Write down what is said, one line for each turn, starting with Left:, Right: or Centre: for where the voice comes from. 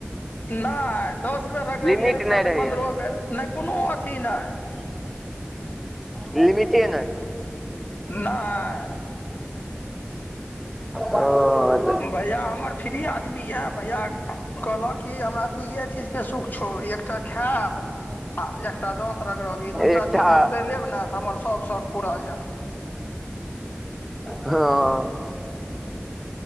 Left: नहि दस बेर रगड़ि
Centre: लिमिट
Left: लेब नहि
Centre: रहैये
Left: तऽ पन्द्रहो बेर नहि कोनो अथी नहि।
Centre: लिमिटे नहि।
Left: नए।
Centre: ओऽ।
Left: भैया हमर फ्री आदमी यऽ भैया। कहलक कि हमरा दुइए चीजके सुख छौ एकटा खायब। आ एकटा दाँत रगरबी दू
Centre: एकटा
Left: टा चीज हम करि लेब ने तऽ हमर सभ शौक पूरा यए।
Centre: हं।